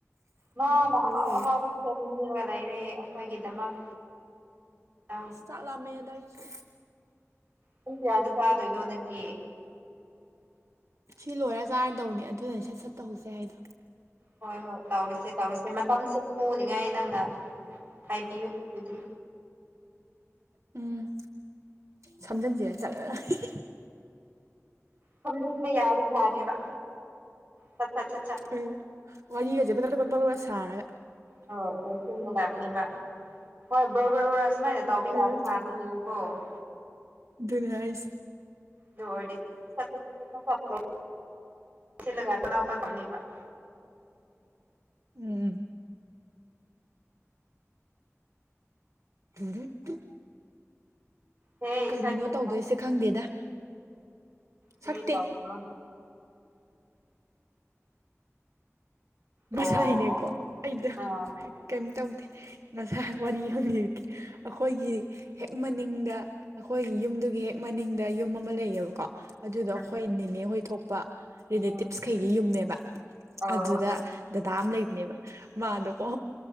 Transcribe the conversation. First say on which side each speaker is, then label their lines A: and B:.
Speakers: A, on the right; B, on the right.
A: ꯃꯥꯅ
B: ꯑꯣ
A: ꯑꯍꯥꯎ ꯑꯍꯥꯎꯕ ꯁꯦꯝꯕꯤꯔ ꯂꯩꯔꯦ ꯑꯩꯈꯣꯏꯒꯤꯗꯃꯛ ꯑ
B: ꯆꯥꯛ ꯂꯥꯃꯦꯗ ꯑꯩꯁꯨ
A: ꯄꯨꯡ ꯀꯌꯥꯗ ꯆꯥꯗꯣꯏꯅꯣ ꯅꯪꯗꯤ
B: ꯁꯤ ꯂꯣꯏꯔ ꯆꯥꯔꯗꯧꯅꯤ ꯑꯗꯨꯅꯅꯦ ꯁꯠ ꯁꯠ ꯇꯧꯍꯧꯁꯦ ꯍꯥꯏꯗꯣ
A: ꯍꯣꯏ ꯍꯣꯏ ꯇꯧꯔꯁꯦ ꯇꯧꯔꯁꯦ ꯃꯇꯝꯁꯦ ꯄꯨꯅꯤꯡꯉꯥꯏ ꯅꯪꯅ ꯍꯥꯏꯕꯤꯌꯨ ꯑꯗꯨꯗꯤ
B: ꯎꯝ ꯁꯝꯖꯟꯖꯤꯔ ꯖꯔꯔ ꯑꯍꯤꯍꯤ
A: ꯁꯃꯖꯤꯟꯕ ꯌꯥꯔꯗꯤ ꯐꯅꯤꯕꯥ ꯁꯠ ꯁꯠ ꯁꯠ ꯁꯠ
B: ꯎꯝ ꯋꯔꯤꯒꯥꯖꯦ ꯕꯗꯕꯗ ꯕꯔ ꯕꯔ ꯁꯥꯔꯒ
A: ꯍꯣꯏ ꯂꯣꯏꯁꯤꯟꯒꯗꯕꯅꯦꯕ ꯍꯣꯏ ꯕꯔꯕꯔ ꯔ ꯁꯨꯃꯥꯏꯅ ꯇꯥꯎꯕ ꯌꯥꯔꯗꯤ
B: ꯎꯝ
A: ꯐꯗꯧꯕ ꯌꯦꯉꯣꯀꯣ
B: ꯗꯨꯅꯦ ꯍꯥꯏꯁꯦ
A: ꯗꯨ ꯑꯣꯏꯔꯗꯤ ꯐꯠ ꯐꯠ ꯐꯠ ꯐꯠ ꯂꯣꯏꯁꯤꯟꯂꯒ <unintelligible>
B: ꯎꯝ <unintelligible>
A: ꯍꯦ ꯏꯁꯩ
B: ꯀꯔꯤꯅꯣ
A: ꯁꯛꯀꯅꯨ
B: ꯇꯧꯗꯣꯏꯁꯦ ꯈꯪꯗꯦꯗ
A: ꯀꯔꯤ
B: ꯁꯛꯇꯦ
A: ꯇꯧꯕꯥꯔ
B: ꯉꯁꯥꯏꯅꯦꯀꯣ
A: ꯑꯣ
B: ꯑꯩꯗ
A: ꯑꯥ
B: ꯀꯦꯝ ꯇꯧꯗꯦ ꯉꯁꯥꯏ ꯋꯥꯔꯤ ꯑꯝ ꯂꯤꯔꯛꯀꯦ ꯑꯩꯈꯣꯏꯒꯤ ꯍꯦꯛ ꯃꯅꯤꯡꯗ ꯑꯩꯈꯣꯏꯒꯤ ꯌꯨꯝꯗꯨꯒꯤ ꯍꯦꯛ ꯃꯅꯤꯡꯗ ꯌꯨꯝ ꯑꯃ ꯂꯩꯌꯦꯕꯀꯣ ꯑꯗꯨꯗꯣ
A: ꯎꯝ
B: ꯑꯩꯈꯣꯏ ꯅꯤꯅꯦ ꯍꯣꯏ ꯊꯣꯛꯄ ꯔꯤꯂꯦꯇꯤꯞꯁꯈꯩꯒꯤ
A: ꯎꯝ
B: ꯌꯨꯝꯅꯦꯕ
A: ꯑꯧ
B: ꯑꯗꯨꯗ ꯗꯗꯥ ꯑꯃ ꯂꯩꯕꯅꯦꯕ ꯃꯥꯗꯣꯀꯣ